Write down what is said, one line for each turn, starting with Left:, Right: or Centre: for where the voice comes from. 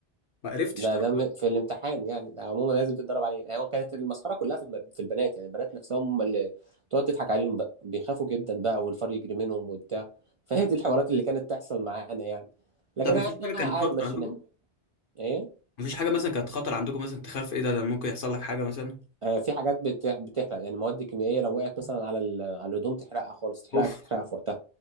Left: ما عرفتش
Right: ده
Left: طيب.
Right: ده م- في الامتحان يعني ده عموما لازم تتدرب عليه يعني هو كانت المسخره كلها في الم- في البنات يعني البنات نفسهم هم اللي تقعد تضحك عليهم بقى بيخافوا جدا بقى والفار يجري منهم وبتاع فهي دي الحوارات اللي كانت تحصل معانا يعني لكن
Left: طب مفيش
Right: احنا
Left: حاجة كانت
Right: عادي
Left: خطر
Right: مشيناها
Left: عندكم؟
Right: ايه
Left: مفيش حاجة مثلا كانت خطر عندكم مثلا تخاف ايه ده ده ممكن يحصل لك حاجة مثلا؟
Right: آه في حاجات بت- بتحرق يعني مواد كيميائيه لو وقعت مثلا على ال- على الهدوم تحرقها خالص تحرقها
Left: اوف
Right: تحرقها في وقتها